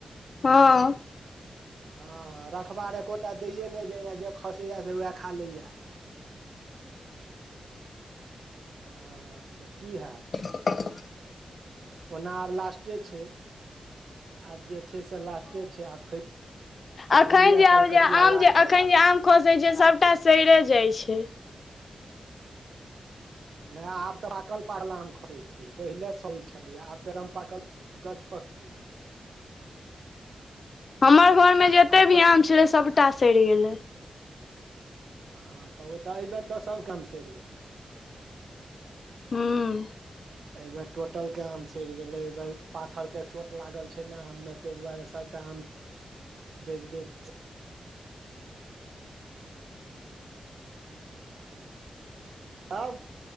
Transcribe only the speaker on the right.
हँ रखबार एकोटा दये ने जाइये जे खसेया से वएह खा लेया हँ तऽ की हैत
ओना आब लास्टे छै आब जे छै से लास्टे छै आ फ फैजली
लास्ट
भऽ
रहल
छै
नहि आब तऽ पाकल पाकल आम <unintelligible> छै पहिले सड़ै <unintelligible> छलियै आब ते एकदम पाकल गछपक्कू
आब
प
हँ तऽ ओ तऽ एहिबेर तऽ सब आम सड़ि गेलै
त एहि बेर टोटल के आम सड़ि गेलै एहि बेर पाथर के चोट लागल छै ने आम मे ताहि दुआरे सब आम देख देख तब